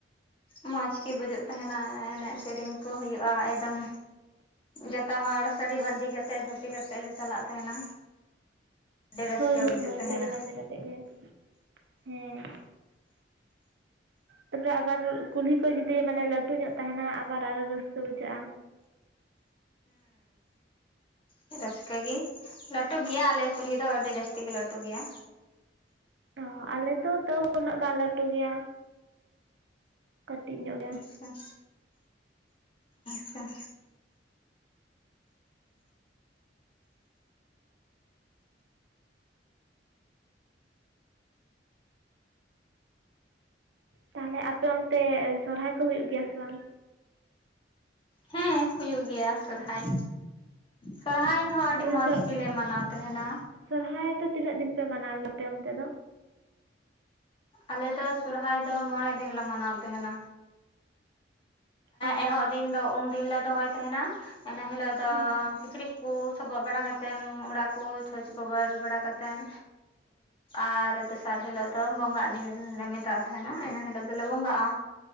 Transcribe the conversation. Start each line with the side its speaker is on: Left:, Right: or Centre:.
Left: ᱢᱚᱡᱽ ᱜᱮ ᱵᱩᱡᱩᱜ ᱛᱟᱦᱮᱱᱟ ᱮᱱᱮᱡ ᱥᱮᱨᱮᱧ ᱠᱚ ᱦᱩᱭᱩᱜᱼᱟ ᱮᱠᱫᱚᱢ ᱡᱚᱛᱚ ᱦᱚᱲ ᱥᱟᱹᱲᱤ ᱵᱟᱸᱫᱮ ᱠᱟᱛᱮᱫ ᱫᱷᱩᱛᱤ ᱠᱟᱛᱮᱫ ᱞᱮ ᱪᱟᱞᱟᱜ ᱛᱟᱦᱮᱱᱟ᱾ ᱟᱹᱰᱤ ᱨᱟᱹᱥᱠᱟᱹ
Right: ᱦᱳᱭ ᱦᱳᱭ
Left: ᱵᱩᱡᱩᱜ
Right: ᱦᱳᱭ
Left: ᱛᱟᱦᱮᱱᱟ
Right: ᱥᱟᱹᱲᱤ ᱵᱟᱸᱫᱮ ᱠᱟᱛᱮᱫ ᱜᱮ ᱦᱮᱸ ᱛᱟᱯᱚᱨᱮ ᱟᱵᱟᱨ ᱠᱩᱞᱦᱤ ᱠᱚ ᱡᱩᱫᱤ ᱢᱟᱱᱮ ᱞᱟᱹᱴᱩ ᱧᱚᱜ ᱛᱟᱦᱮᱱᱟ ᱟᱵᱟᱨ ᱟᱨᱚ ᱨᱟᱹᱥᱠᱟᱹ ᱵᱩᱡᱷᱟᱹᱜᱼᱟ᱾
Left: ᱦᱮᱸ ᱨᱟᱹᱥᱠᱟᱹ ᱜᱮ ᱞᱟᱹᱴᱩ ᱜᱮᱭᱟ ᱟᱞᱮ ᱠᱩᱞᱦᱤ ᱫᱚ ᱟᱹᱰᱤ ᱡᱟᱹᱥᱛᱤ ᱜᱮ ᱞᱟᱹᱴᱩ ᱜᱮᱭᱟ
Right: ᱚ ᱟᱞᱮ ᱫᱚ ᱛᱟᱹᱣ ᱩᱱᱟᱹᱜ ᱵᱟᱝ ᱞᱟᱹᱴᱩ ᱜᱮᱭᱟ ᱠᱟᱹᱴᱤᱡ ᱧᱚᱜ ᱜᱮᱭᱟ
Left: <inaudible> ᱦᱮᱸ ᱦᱮᱸ
Right: ᱛᱟᱦᱚᱞᱮ ᱟᱯᱮ ᱚᱱᱛᱮ ᱥᱚᱨᱦᱟᱭ ᱠᱚ ᱦᱩᱭᱩᱜ ᱜᱮᱭᱟ ᱥᱮ ᱵᱟᱝ?
Left: ᱦᱮᱸ ᱦᱩᱭᱩᱜ ᱜᱮᱭᱟ ᱥᱚᱨᱦᱟᱭ ᱥᱚᱨᱦᱟᱭ ᱦᱚᱸ ᱟᱹᱰᱤ
Right: ᱛᱟᱦᱚᱞᱮ
Left: ᱢᱚᱡᱽ
Right: ᱥᱚᱨ
Left: ᱜᱮᱞᱮ ᱢᱟᱱᱟᱣ ᱛᱟᱦᱮᱱᱟ
Right: ᱥᱚᱨᱦᱟᱭ ᱫᱚ ᱛᱤᱱᱟᱹᱜ ᱫᱤᱱ ᱯᱮ ᱢᱟᱱᱟᱣ ᱜᱮᱭᱟᱯᱮ ᱚᱱᱛᱮ ᱫᱚ
Left: ᱟᱞᱮ ᱫᱚ ᱥᱚᱨᱦᱟᱭ ᱫᱚ ᱢᱚᱬᱮ ᱫᱤᱱ ᱞᱮᱮ ᱢᱟᱱᱟᱣ ᱛᱟᱦᱮᱱᱟ᱾
Right: ᱚ
Left: ᱮᱦᱚᱵ ᱫᱤᱱ ᱫᱚ ᱩᱢ ᱫᱤᱱ ᱞᱮ ᱫᱚᱦᱚᱭ ᱛᱟᱦᱮᱱᱟ ᱤᱱᱟᱹ ᱦᱤᱞᱳᱜ ᱫᱚ
Right: ᱦᱮᱸ
Left: ᱠᱤᱪᱨᱤᱡ ᱠᱚ ᱥᱚᱵᱚᱜ ᱵᱟᱲᱟ ᱠᱟᱛᱮᱱ ᱚᱲᱟᱜ ᱠᱚ ᱪᱷᱚᱸᱪ ᱪᱷᱚᱵᱚᱨ ᱵᱟᱲᱟ ᱠᱟᱛᱮᱱ ᱟᱨ ᱫᱚᱥᱟᱨ ᱦᱤᱞᱳᱜ ᱫᱚ ᱵᱚᱸᱜᱟᱜ ᱫᱤᱱ ᱞᱮ ᱢᱮᱛᱟᱜ ᱛᱟᱦᱮᱱᱟ ᱤᱱᱟᱹ ᱦᱤᱞᱳᱜ ᱫᱚᱞᱮ ᱵᱚᱸᱜᱟᱜᱼᱟ